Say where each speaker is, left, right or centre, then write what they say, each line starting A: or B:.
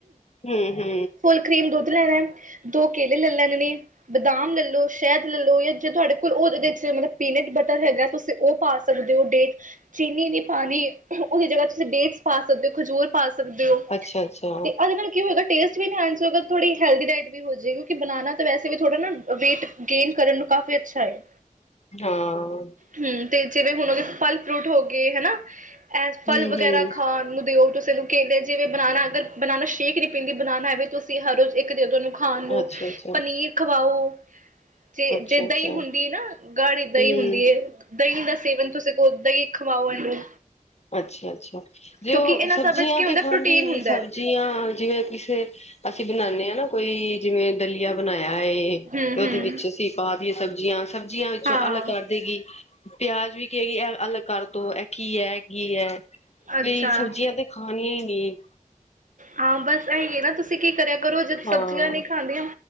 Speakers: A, on the left; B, on the right.
A: ਹੂ- ਹੂ।
B: ਫੁੱਲ ਕਰੀਮ ਦੁੱਧ ਲੈਣਾ। ਦੋ ਕੇਲੇ ਲੈ ਲੈਣੇ ਨੇ। ਬਦਾਮ ਲੈਲੋ, ਸ਼ਹਿਦ ਲੈਲੋ ਜਾਂ ਜੇ ਤੁਹਾਡੇ ਕੋਲ ਉਹਦੇ ਚ ਮਤਲਬ ਪੀਨਟ ਬਟਰ ਹੈਗਾ ਉਹ ਪਾ ਸਕਦੇ ਹੋ ਡੇਟ, ਚੀਨੀ ਨ ਪਾਣੀ। ਉਹਦੀ ਜਗ੍ਹਾ ਤੁਸੀਂ ਡੇਟਸ ਪਾ ਸਕਦੇ ਹੋ ਖਜੂਰ। ਪਾ ਸਕਦੇ ਹੋ,
A: ਅੱਛਾ-ਅੱਛਾ,
B: ਤੇ ਆਦੇ ਨਾਲ ਕੀ ਹੋਏਗਾ ਟੇਸਟ ਵੀ ਇਨਹੈਂਸ ਹੋਗਾ ਥੋੜ੍ਹੀ ਹੈਲਦੀ ਡਾਇਟ ਵੀ ਹੋ ਜੇਗੀ ਕਿਉਂਕਿ ਬਣਾਉਣਾ ਤਾਂ ਵੈਸੇ ਥੋੜ੍ਹਾ ਨਾ ਵੇਟ ਗੇਨ ਕਰਨ ਨੂੰ ਕਾਫੀ ਅੱਛਾ ਹੈ।
A: ਹਾਂ।
B: ਹੂ। ਤੇ ਜਿਵੇਂ ਹੁਣ ਹੋ ਗਏ ਫਲ, ਫਰੂਟ ਹੋ ਗਏ ਹਨਾ। ਐ ਫਲ
A: ਹੂੰ-ਹੂੰ,
B: ਵਗੈਰਾ ਖਾਣ ਨੂੰ ਦਿਓ। ਤੁਸੀਂ ਇਹਨੂੰ ਕੇਲੇ ਜਿਵੇਂ ਬਨਾਨਾ ਅਗਰ ਬਨਾਨਾ ਸ਼ੇਕ ਨੀ। ਪਿੰਨੀ ਬਨਾਨਾ ਐਵੇਂ ਤੁਸੀਂ ਹਰ ਰੋਜ਼ ਇੱਕ ਦੇ ਦੋ ਇਹਨੂੰ ਖਾਣ ਨੂੰ
A: ਅੱਛਾ-ਅੱਛਾ,
B: ਪਨੀਰ ਖਵਾਓ ਜੇ,
A: ਅੱਛਾ-ਅੱਛਾ,
B: ਜੇ ਦਹੀਂ ਹੁੰਦੀ ਨਾ ਗਾੜੀ
A: ਹੂੰ,
B: ਦਹੀਂ ਹੁੰਦੀ ਹੈ ਦਹੀਂ ਦਾ ਸੇਵਨ ਤੁਸੀਂ ਕੋ ਦਹੀਂ ਖਵਾਓ, ਇਹਨੂੰ।
A: ਅੱਛਾ-ਅੱਛਾ, ਜੇ
B: ਕਿਉਂਕਿ
A: ਉਹ
B: ਇਹਨਾਂ
A: ਸਬਜ਼ੀਆਂ
B: ਸਭ ਵਿੱਚ ਕੀ
A: ਤੇ
B: ਹੁੰਦਾ
A: ਖਾਂਦੀ
B: ਪ੍ਰੋਟੀਨ
A: ਨੀ
B: ਹੁੰਦਾ
A: ਸਬਜ
B: ਹੈ
A: ਜੀਆਂ, ਜਿਵੇਂ ਕਿਸੇ ਅਸੀਂ ਬਣਾਦੇ ਹਾਂ ਨਾ, ਕੋਈ ਜਿਵੇਂ ਦਲੀਆ ਬਣਾਇਆ ਹੈ। ਤੇ
B: ਹਮ
A: ਉਹਦੇ
B: ਹਮ
A: ਵਿੱਚ ਅਸੀਂ ਪਾ ਦੀਏ ਸਬਜ਼ੀਆਂ, ਸਬਜ਼ੀਆਂ ਵਿੱਚੋਂ
B: ਹਾਂ
A: ਅਲਗ ਕਰ ਦੇਗੀ ਪਿਆਜ ਵੀ ਕਏਗੀ ਏ ਅਲਗ ਕਰ ਦੋ ਏ ਕੀ ਹੈ, ਕੀ ਹੈ
B: ਅੱਛਾ
A: ਬਈ, ਸਬਜ਼ੀਆਂ ਤੇ ਖਣੀਆਂ ਹੀ ਨਹੀ।
B: ਹਾਂ, ਬਸ ਇਂ ਨਾ ਤੁਸੀਂ ਕੀ ਕਰਿਆ ਕਰੋ, ਜਦ
A: ਹਾਂ,
B: ਸਬਜ਼ੀਆਂ ਨਹੀਂ ਖਾਂਦੀਆਂ